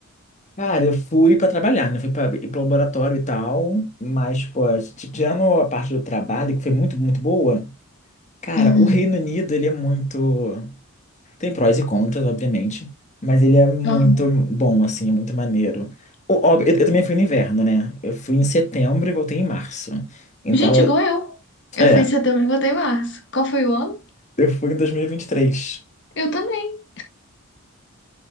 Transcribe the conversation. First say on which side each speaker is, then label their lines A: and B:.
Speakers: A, on the left; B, on the left.
A: Cara, eu fui para trabalhar, né? Fui para ir pro laboratório e tal. Mas, pô, t- tirando a parte do trabalho, que foi muito, muito boa. Cara,
B: Uhum.
A: o Reino Unido, ele é muito. Tem prós e contras, obviamente, mas ele é muito
B: Uhum.
A: bom, assim, é muito maneiro. O- ó, eu, eu também fui no inverno, né? Eu fui em setembro e voltei em março. Então,
B: Gente, igual
A: eu-
B: eu. Eu
A: é,
B: fui em setembro e voltei em março. Qual foi o ano?
A: eu fui em dois mil e e vinte e três
B: Eu também.